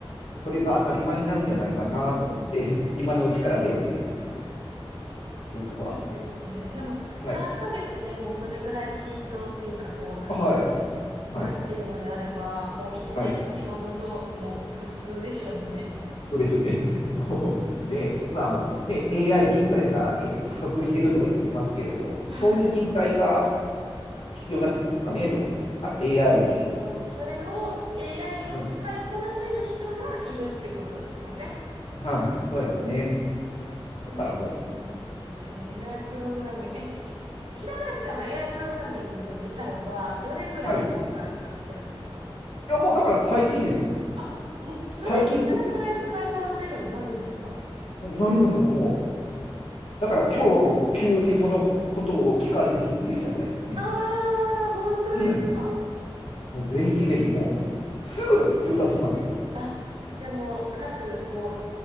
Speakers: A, on the left; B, on the right.
A: それが当たり前になるんじゃないかなと思って、<laughs> 今のうちから手をつけてます、
B: そ
A: 僕は。
B: うなんですね。じゃあもう3ヶ月でもうそれぐらい浸透っていうか、
A: はい。
B: こうなんか
A: はい。はい。
B: なってるのであれば、もう1年後には本当もう普通でしょうね。
A: はい。そうでしょうね。<laughs> もうね、
B: なるほど。
A: 今、ね、AI 人材がね、不足してるとか言ってますけれど、そういう人材が
B: はい。
A: 必要になってくるんですかねと思って、あの AI に。
B: もうそれを AI を使いこなせる人がいるってことですよね。
A: うん、はい。そうですよね。
B: そういうことなんですね。
A: だからも
B: AI プログラミング。え、平林さんは AI プログラミング自体はどれぐらい前から使ってるんですか
A: う。はい。いや、もうだから最近ですよ。
B: あ、もうそれ、
A: 最近、
B: それぐらい使いこなせるようになるんですか
A: おなりますよ、もう。だから今日、急にそのことを聞かれてびっくりしたぐらいですね。
B: ああー、本当ですか。
A: はい。もうぜひぜひ、もう、すぐ上達しますよ。
B: あ、じゃあもう数も